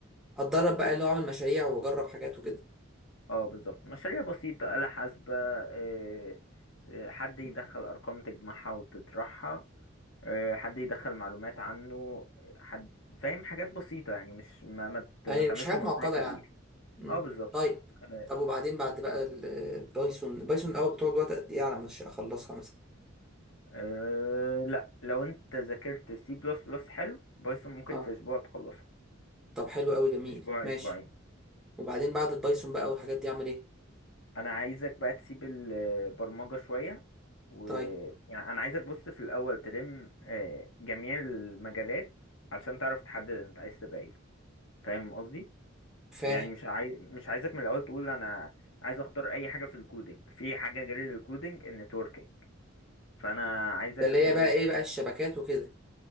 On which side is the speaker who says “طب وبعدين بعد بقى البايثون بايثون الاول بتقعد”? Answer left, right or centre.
Centre